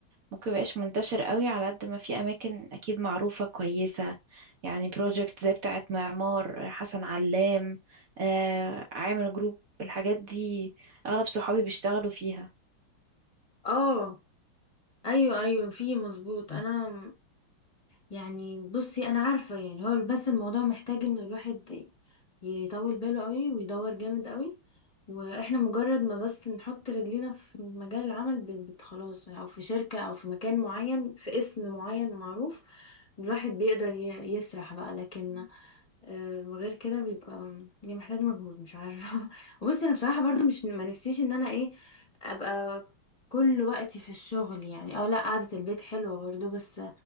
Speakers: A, on the right; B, on the left.
A: ممكن مبقاش منتشر قوي على قد ما في أماكن أكيد معروفة كويسة يعني بروجكت زي بتاعة معمار حسن علام آه عامل جروب الحاجات دي أغلب صحابي بيشتغلوا فيها
B: اه ايوه ايوه في مظبوط انا يعني بصي انا عارفة يعني هو بس الموضوع محتاج ان الواحد يطول باله قوي ويدور جامد قوي واحنا مجرد ما بس نحط رجلينا في مجال العمل بن- بت- خلاص او في شركة او في مكان معين في اسم معين معروف الواحد بيقدر ي- يسرح بقى لكن آه، غير كده بيبقى يعني محتاج مجهود مش عارفة <laughs> وبصي انا بصراحة برضو مش ما نفسيش ان انا ايه ابقى كل وقتي في الشغل يعني اه لا قعدة البيت حلوة برضو بس